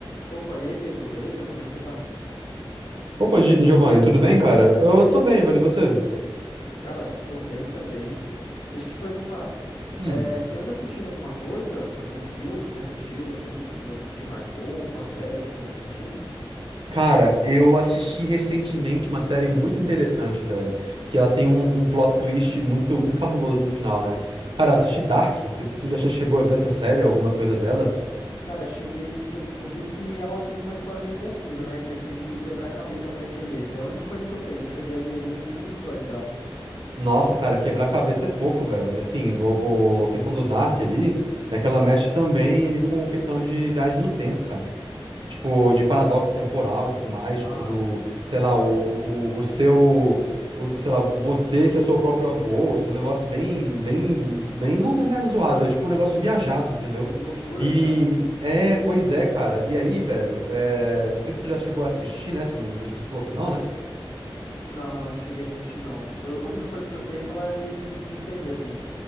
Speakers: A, on the left (about 85°); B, on the right (about 65°).
A: Opa, e aí, Pedro, beleza? Como é que você tá?
B: Opa, Gi- Giovanni, tudo bem, cara? Eu tô bem, velho, e você?
A: Cara, tô bem também. Deixa eu te perguntar,
B: Hum,
A: eh, você anda assistindo alguma coisa? Algum filme que você assistiu, assim, que você que te marcou? Alguma série que você anda assistindo?
B: Cara, eu assisti recentemente uma série muito interessante, velho. Que ela tem um, um plot twist muito, muito cabuloso no final, né? Cara, eu assisti Dark. Não sei se tu já chegou a ver essa série, alguma coisa dela.
A: Cara, cheguei, eu, eu vi que ela tem uma história meio confusa, né? Que você tem que quebrar a cabeça pra entender. É a única coisa que eu sei, eu não cheguei a ver nenhum, nenhum episódio dela.
B: Nossa, cara, quebrar a cabeça é pouco, velho. Assim, o, o- a questão do Dark ali é que ela mexe também ali com questão de viagem no tempo, cara. Tipo, de paradoxo temporal e tudo mais,
A: Ah,
B: tipo, do, sei lá, o, o, o seu, o, sei lá, vo- você ser seu próprio avô, tipo, um negócio bem, bem,
A: nossa,
B: bem, não é nada zoado, é tipo um negócio viajado, entendeu?
A: que loucura,
B: E,
A: cara.
B: é, pois é, cara, e aí, velho, é, não sei se tu já chegou a assistir, né, se não, acho que você falou que não, né?
A: Não, não, não cheguei a assistir, não. Eu- a única coisa que eu sei é que ela é meio difícil de entender, assim.